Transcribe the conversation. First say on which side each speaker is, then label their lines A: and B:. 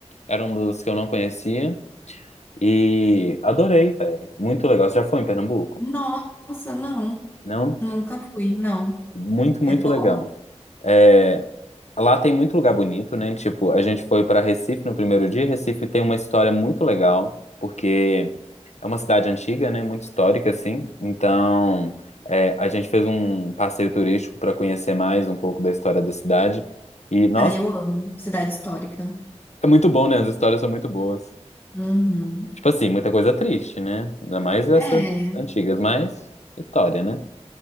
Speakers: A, on the left; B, on the left.
A: Era um dos que eu não conhecia. E adorei, velho. Muito legal. Você já foi em Pernambuco?
B: Nossa, não.
A: Não?
B: Nunca fui, não.
A: Muito, muito
B: É bom?
A: legal. É, Lá tem muito lugar bonito, né? Tipo, a gente foi para Recife no primeiro dia. Recife tem uma história muito legal, porque é uma cidade antiga, né? Muito histórica, assim. Então, é, a gente fez um passeio turístico para conhecer mais um pouco da história da cidade. E, nossa,
B: Ah, eu amo. Cidade histórica.
A: é muito bom, né? As histórias são muito boas.
B: Uhum.
A: Tipo assim, muita coisa triste, né? Ainda mais essas
B: É.
A: antigas, mas história, né?